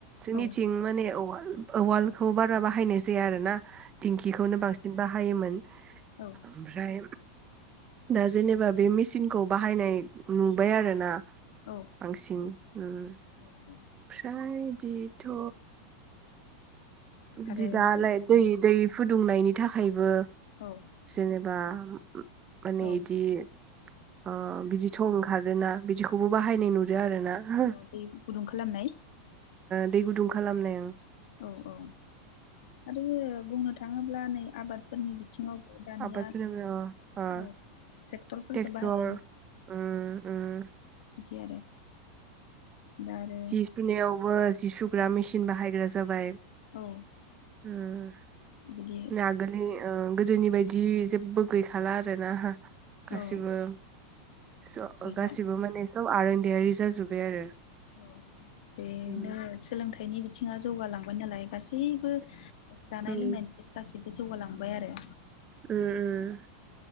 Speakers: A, on the right; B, on the left.
A: जोंनिथिं
B: औ
A: माने औवाल औवालखौ बारा बाहायनाय जाया आरो ना। दिंखिखौनो बांसिन बाहायोमोन।
B: औ
A: ओमफ्राय दा जेनेबा बे मेचिनखौ बाहायनाय नुबाय आरो ना।
B: औ
A: बांसिन उम
B: औ औ
A: फ्राय बिदिथ' <unintelligible>
B: आरो बे
A: दै फुदुंनायनि थाखायबो
B: औ
A: जेनेबा माने
B: औ
A: एदि ओ बिदि थ खारोना बिदिखौबो बाहायनाय नुदों आरो ना ओ
B: औ दै गुदुं खालामनाय
A: दै गुदुं खालामनायाव उम
B: औ औ आरो बुंनो थाङोब्ला नै आबाद फोरनि बिथिङावबो दानिया
A: आबाद फोनायाव ओ
B: औ ट्रेक्टरफोरखौ
A: ट्रेक्टर
B: बाहायनाय नुयो।
A: उम उम
B: बिदि आरो। दा आरो
A: जि सुनायावबो जि सुग्रा
B: औ
A: मेसिन बाहायग्रा जा जाबाय
B: औ
A: उम
B: बिदि
A: नागोलि ओ गोदोनि बायदि जेबो गैखाला आरोना। गासिबो
B: औ
A: स'
B: गैला
A: गासिबो माने सब आरोनदायारि जाजोबबाय आरो
B: औ बेनो
A: उम
B: सोलोंथाइनि बि थिङा जौगालांबाय नालाय गासैबो जानाय
A: उम
B: लोंनायनि गासैबो जौगालांबाय आरो
A: उम उम